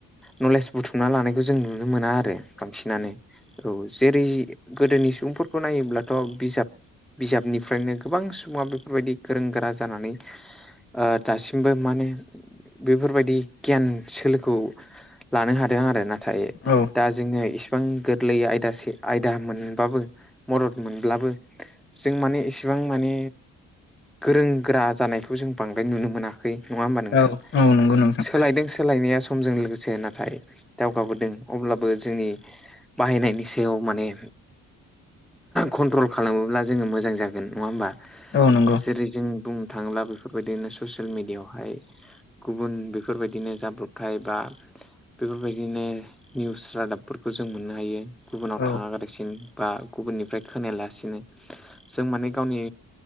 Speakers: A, in the centre; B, on the left.
A: नलेज बुथुमना लानायखौ जों नुनो मोना आ रो बांसिनानो औ जेरै गोदोनि सुबुंफोरखौ नायोब्ला थ' बिजाब बिजाबनिफ्रायनो गोबां सुबुङा बेफोरबायदि गोरों गोरा जानानै ओ दासिमबो माने बेफोरबायदि गियान सोलोखौ लानो हादों आरो नाथाय
B: औ
A: दा जोंनो इसिबां गोरलै आयदासे आयदा मोनबाबो मदद मोनब्लाबो जों माने इसेबां माने गोरों गोरा जानायखौ जों बांद्राय नुनो मोनाखै नङा होमबा नोंथां?
B: औ औ नंगौ नोंथां
A: सोलायदों सोलायनाया समजों लोगोसे नाथाय दावगाबोदों अब्लाबो जोंनि बाहायनायनि सायाव माने कन्ट्रल खालामोब्ला जोङो मोजां जागोन नङा होमबा?
B: औ नंगौ
A: जेरै जों बुंनो थाङोब्ला बेफोरबायदिनो ससियेल मिडियायावहाय गुबुन बेफोरबायदिनो जाब्रबथाय बा बेफोरबायदिनो निउस रादाबफोरखौ जों मोननो हायो गुबुनाव
B: औ
A: थाङालासिन बा गुबुननिफ्राय खोनायालासिनो जों माने गावनि